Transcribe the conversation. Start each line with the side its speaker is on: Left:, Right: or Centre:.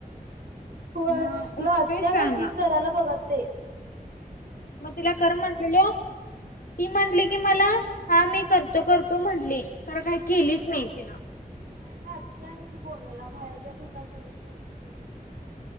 Right: व्हय
Left: मग
Right: लाजत्या
Left: उठतोयच वेळानं
Right: ग ती करायला बघत नाही
Left: मग तिला कर म्हटलेल ती म्हटली कि मला हा मी करतो करतो म्हटली खर काही केलीच नाही तिन
Right: होय लाजत्या गं बोलायला बाहेरच्या संग अस लई बोलत नाही ती